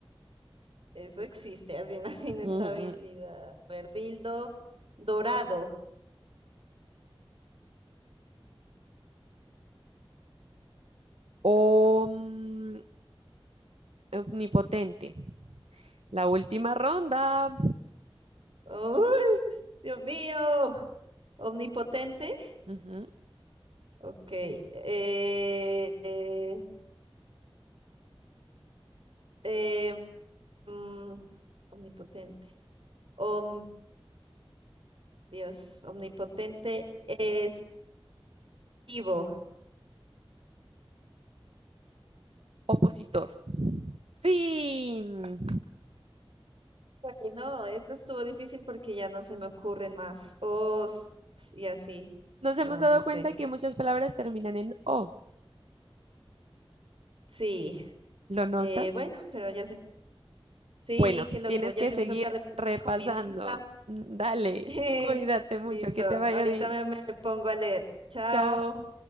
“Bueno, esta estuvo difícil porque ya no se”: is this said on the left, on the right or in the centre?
Right